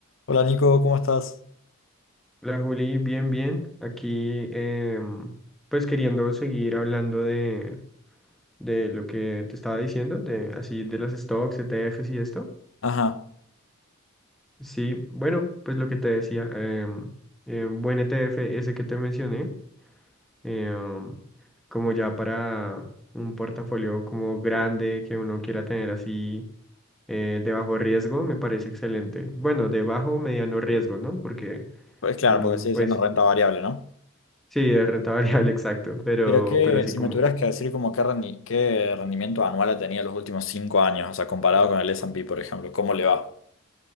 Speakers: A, on the left; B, in the centre.
A: Hola Nico, ¿cómo estás?
B: La Juli, bien, bien. Aquí, em, pues queriendo seguir hablando de, de lo que te estaba diciendo, de así de las stocks, ETFs y esto.
A: Ajá,
B: Sí, bueno, pues lo que te decía, em, em, buen ETF ese que te mencioné, em, como ya para un portafolio como grande que uno quiera tener así eh, de bajo riesgo, me parece excelente. Bueno, de bajo o mediano riesgo, ¿no? Porque
A: pues claro,
B: mm,
A: porque sigue
B: pues
A: siendo renta variable, ¿no?
B: Sí, es renta variable, <laughs> exacto, pero,
A: Pero que
B: pero así
A: si
B: como,
A: me tuvieras que decir como qué, rendi- qué rendimiento anual ha tenido los últimos cinco años, o sea, comparado con el S&P, por ejemplo, ¿cómo le va?